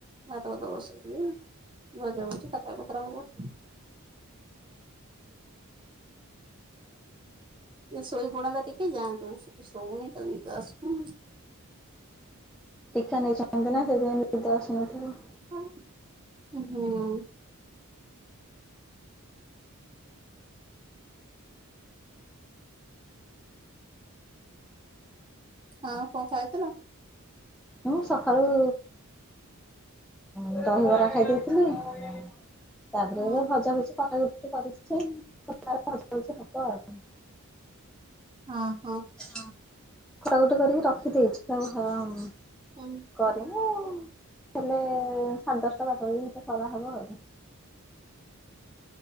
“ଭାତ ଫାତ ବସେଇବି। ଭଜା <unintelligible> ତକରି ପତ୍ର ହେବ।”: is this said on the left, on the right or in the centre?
Right